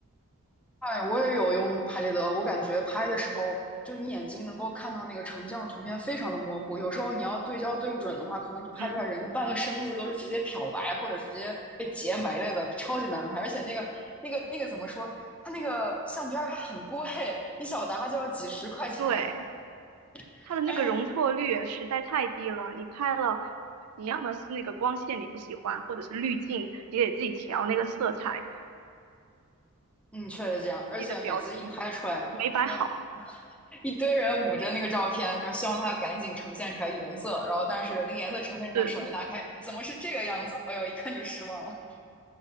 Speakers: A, in the centre; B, on the right.
A: 哎，我也有用拍立得，我感觉拍的时候，就你眼睛能够看到那个成像的图片非常的模糊，有时候你要对焦对不准的话，可能你拍出来人的半个身子都是直接漂白，
B: 嗯，
A: 或者是直接被截没了的，超级难拍。而且那个那个那个怎么说？它那个相片儿还很贵，你小沓就要几十块钱。
B: 对。
A: <laughs>
B: 它的那个容错率实在太低了。
A: 哎呀
B: 你拍了，你要么是那个光线你不喜欢，或者是滤镜，你得自己调那个色彩，
A: 嗯，确实这样，
B: 自己的表情
A: 而且每次一拍出来，
B: 没摆好。
A: 你一堆人捂着那个照片，然后希望它赶紧呈现出来颜色，然后但是那个颜色呈现出来，
B: 是，
A: 手一拿开，怎么是这个样子？哎呦，一看就失望了。